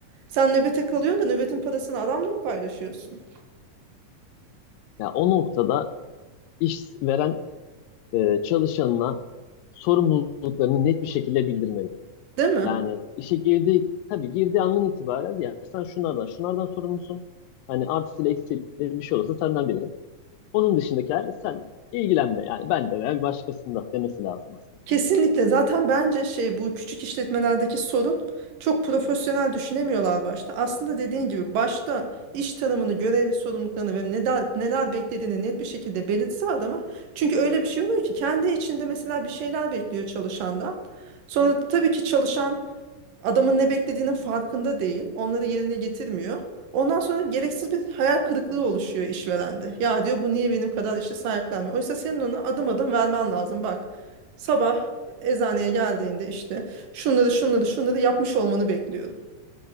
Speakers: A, on the right; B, on the left.
A: Sen nöbete kalıyorsun da nöbetin parasını adamla mı paylaşıyorsun?
B: Ya o noktada işveren e, çalışanına sorumluluklarını net bir şekilde bildirmeli.
A: Değil mi?
B: Yani işe girdiği tabii girdiği andan itibaren ya sen şunlardan şunlardan sorumlusun. Hani artısıyla eksiğiyle bir şey olursa senden bilirim. Onun dışındakilerle sen ilgilenme. Yani ben de veya bir başkasında demesi lazım aslında.
A: Kesinlikle. Zaten bence şey bu küçük işletmelerdeki sorun çok profesyonel düşünemiyorlar başta. Aslında dediğin gibi başta iş tanımını, görev sorumluluklarını ve neler, neler beklediğini net bir şekilde belirtse adama. Çünkü öyle bir şey oluyor ki kendi içinde mesela bir şeyler bekliyor çalışandan. Sonra tabii ki çalışan Adamın ne beklediğinin farkında değil. Onları yerine getirmiyor. Ondan sonra gereksiz bir hayal kırıklığı oluşuyor işverende. Ya diyor bu niye benim kadar işi sahiplenmiyor? Oysa senin ona adım adım vermen lazım. Bak sabah eczaneye geldiğinde işte şunları şunları şunları yapmış olmanı bekliyorum.